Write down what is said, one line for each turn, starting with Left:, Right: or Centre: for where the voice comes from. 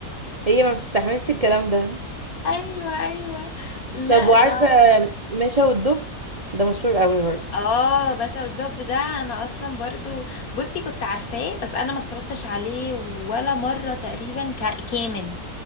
Right: فهي <laughs> ما بتستحملش الكلام ده
Left: ايوه ايوه لا
Right: طب وعارفه
Left: ده
Right: مشا والدب ده مشهور قوي برضه
Left: اه باشا والدب ده انا اصلا برضو بصي كنت عارفاه بس انا ما اتفرجتش عليه ولا مرة تقريبا كا- كامل